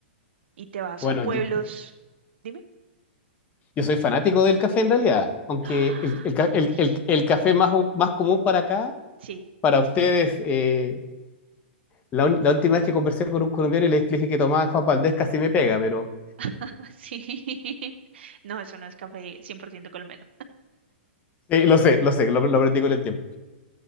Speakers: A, on the right; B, on the left.
A: Y te vas
B: Bueno,
A: a pueblos.
B: yo,
A: dime.
B: yo soy fanático del café en realidad, aunque
A: Ah,
B: el, el ca- el-
A: aquí.
B: el- el café más, u- más común para acá,
A: Sí,
B: para ustedes, eh, la, un- la última vez que conversé con un colombiano y le dije que tomaba Juan Valdés casi me pega, pero...
A: <laughs> sí. No, eso no es café 100% colombiano.
B: Sí, lo sé, lo sé, lo, lo aprendí con el tiempo.